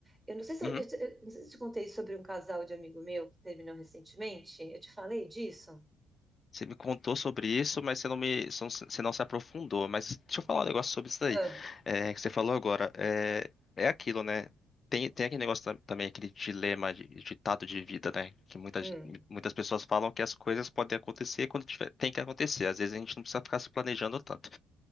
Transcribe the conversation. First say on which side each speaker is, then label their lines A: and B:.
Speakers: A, on the right; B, on the left.
A: Eu não sei se
B: uhum.
A: eu, eu- eu não sei se eu te contei sobre um casal de amigo meu que terminou recentemente. Eu te falei disso?
B: Você me contou sobre isso, mas você não me, você não você não se aprofundou. Mas deixa eu falar um negócio sobre isso daí,
A: Ah,
B: é, que você falou agora. É, é aquilo, né? Tem, tem aquele negócio tam- também, aquele dilema, de- ditado de vida, né? Que muitas,
A: hum.
B: muitas pessoas falam que as coisas podem acontecer quando tiver, tem que acontecer. Às vezes a gente não precisa ficar se planejando tanto,